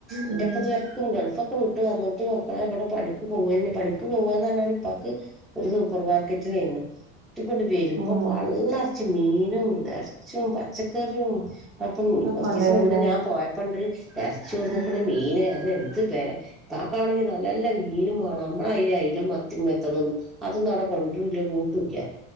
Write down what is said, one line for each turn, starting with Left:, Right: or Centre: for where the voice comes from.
Centre: എന്റെപ്പ
Right: ഉം
Centre: ഇത്വർക്കും ഗൾഫ് കൂട്ട് വന്നിട്ട് അ ഇവിടെ പണിക്ക് പോവന്നെ പണിക്ക് പോവന്ന് പറഞ്ഞാൽ ഉപ്പക്ക് ഒരു സൂപ്പർമാർക്കറ്റിൽ ചെയ്യന്ന് ഇട്ടിക്കൊണ്ട് വരുമ്പോ
Right: ഉം
Centre: പള്ളറച്ച മീനും ഇറച്ചും പച്ചക്കറിയും അപ്പൊ കുറച്ച
Right: ഒക്കെ ഉണ്ടായിരുന്നേ
Centre: ദിവസം മുന്നേ ഞാൻ പോയപ്പുണ്ട് ഇറച്ചി വന്നിക്കണ്
Right: ഉം
Centre: മീന് അത എന്ത് വാപ്പാണെങ്കിൽ നല്ല നല്ല മീനും വേണം നമ്മള അ അയല മത്തി എത്തണംന്ന് അതൊന്ന അവിടെ കൊ ല്ല ബോട്ടുമില്ല